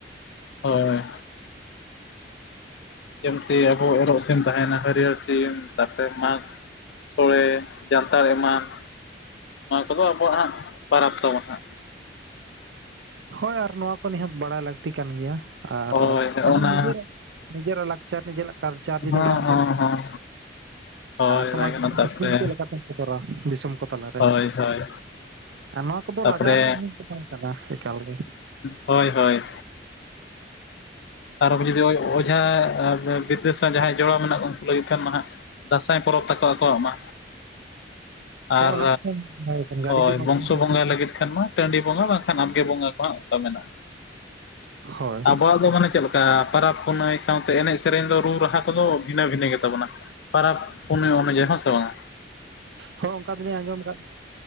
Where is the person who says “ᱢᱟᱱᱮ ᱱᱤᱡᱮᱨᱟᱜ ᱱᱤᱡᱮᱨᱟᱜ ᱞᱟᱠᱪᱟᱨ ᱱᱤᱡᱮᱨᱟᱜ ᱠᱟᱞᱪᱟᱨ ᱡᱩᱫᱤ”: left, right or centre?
Right